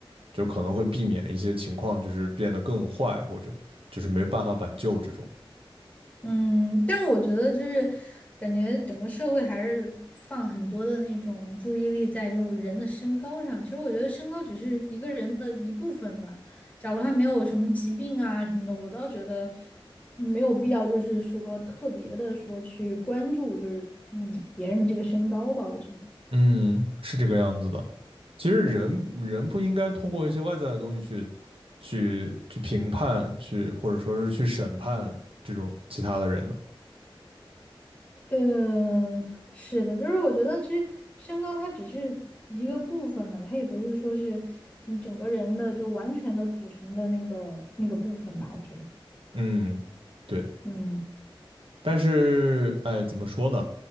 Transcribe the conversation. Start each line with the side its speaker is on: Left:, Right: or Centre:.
Right: 就可能会避免一些情况就是变得更坏，或者就是没办法挽救这种。
Left: 嗯，但是我觉得就是感觉整个社会还是放很多的那种注意力在这种人的身高上。其实我觉得身高只是一个人的一部分吧。假如他没有什么疾病啊什么的，我倒觉得没有必要，就是说特别的说去关注就是嗯别人的这个身高吧。我觉得
Right: 嗯，是这个样子的。其实人人不应该通过一些外在的东西去
Left: 对。
Right: 去去评判，去或者说是去审判这种其他的人啊。
Left: 嗯，是的，就是我觉得其实身高它只是一个部分嘛，它也不是说是你整个人的就完全的组成的那个那个部分吧，我觉得。
Right: 嗯，对，
Left: 嗯
Right: 但是，哎，怎么说呢？